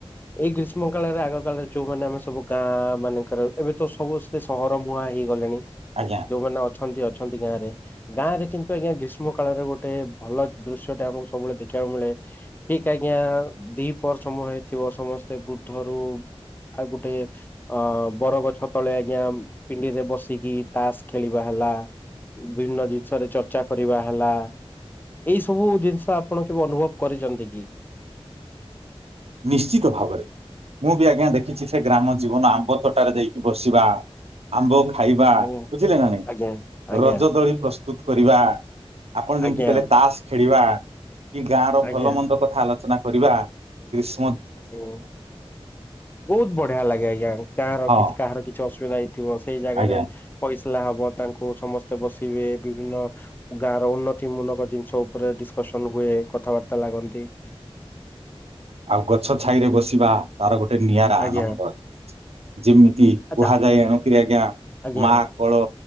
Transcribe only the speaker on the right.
ଆଜ୍ଞା
ନିଶ୍ଚିତ ଭାବରେ। ମୁଁ ବି ଆଜ୍ଞା ଦେଖଛିି ସେ ଗ୍ରାମ ଜୀବନ ଆମ୍ବ ତଟାରେ ଦେଇକି ବସିବା ଆମ୍ବ ଖାଇବା
ବୁଝିଲେ ନା ନାଇଁ
ରଜ ଦୋଳି ପ୍ର ସ୍ତୁତ କରିବା। ଆପଣ ଯେମିତି
କହିଲେ ତାସ ଖେଳିବା। କି ଗାଁର
ଭଲ ମନ୍ଦ କଥା ଆଲୋ ଚନା କରିବା। ଗ୍ରିସ୍
ହଁ
ଆଜ୍ଞା
ଆଉ ଗଛ ଛାଇରେ ବସିବା ତାର ଗୋଟେ ନିଆଁରା
ଆନନ୍ଦ ଯେମିତି
କୁହାଯାଏ ଏଣୁକିରି ଆଜ୍ଞା
ମା କୋଳ